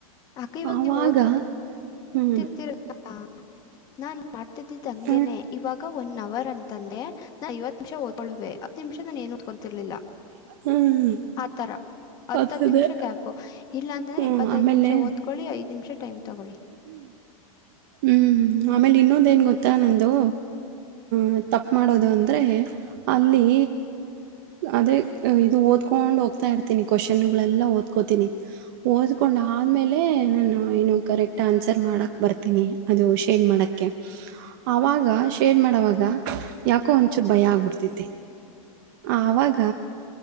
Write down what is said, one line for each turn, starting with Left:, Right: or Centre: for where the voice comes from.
Left: ಅಕ್ಕ ಇವಾಗ
Right: ಆವಾಗ
Left: ನೀವು್ ಓದ್ಕೊ
Right: ಹ್ಞೂ
Left: ತಿರ್ತಿಾ ನಾನ ಮಾಡ್ತಿದ್ದಿದ್ದ ಹಂೇನೆ
Right: ಎಲ್ಲಾ ಮಾಡ್ತಿದ್ದಿದ್ದು ಹಂಗೇನೆ ಇವಾಗ ಒನ್ ಅವರ್ ಅಂತಂದ್ರೆ ನಾನ್ ಐವತ್ತು ನಿಮಿಷ ಓದ್ಕೊಳ್ದೆ ಅದ್ ನನ್
Left: ಇವಾಗ ಒನ್ ಅವರ್ ತಂದೆ ನಾ ಐವತ್ತು ನಿಮಿಷ ಓದ್ಕೊಳ್ಳುವೆ ಹತ್ ನಿಮಿಷ ನಾನ ಏನುದಕೊಂತಿರ್ಲಿಲ್ಲ
Right: ಕೈಯಲ್ಲಿ
Left: ಆತರ ಹತ್ತ್
Right: ಓದ್ಕೊತಿರ್ಲಿಲ್ಲ ಅದೇ ಅದೇ
Left: ನಿಮಿಷ ಗ್ಯಾಪ್ ಇಲ್ಲ ಅಂತಂದ್ರೆ
Right: ಹ್ಮ್
Left: ಇಪ್ಪತ್ತ
Right: ಆಮೇಲೆ
Left: ಐದ್ ನಿಮಿಷ ಓದ್ಕೊಳ್ಳಿ ಐದ್ ನಿಮಿಷ ಟೈಮ್ ತಗೊಳ್ಳಿ
Right: ಹ್ಮ್ ಆಮೇಲೆ ಇನ್ನೊಂದ ನ್ ಗೊತ್ತಾ ನಂದು ಹ ತಪ್ಪ ಮಾಡೋದು ಅಂದರೆ ಅಲ್ಲಿ ಅದೇ ಇದು ಓದ್ಕೊಂಡು ಹೋಗ್ತಾ ಇರ್ತೀನಿ ಕ್ವಶನ್ಗಳೆಲ್ಲ ಓದ್ಕೋತೀನಿ ಓದ್ಕೊಂಡು್ಮೇಲೆ ನಾನು ಏನು ಕರೆಕ್ಟ್ ಆನ್ಸರ್ ಮಾಡಕ್ಕೆ ಬರ್ತೀನಿ ಅದು ಶೇಡ್ ಮಾಡಕ್ಕೆ ಆವಾಗ ಶೇಡ್ ಮಾಡೋವಾಗ ಯಾಕೋ ಒಂಚೂರು ಭಯ ಆಗ್ಬಿಡ್ತೈತಿ ಆವಾಗ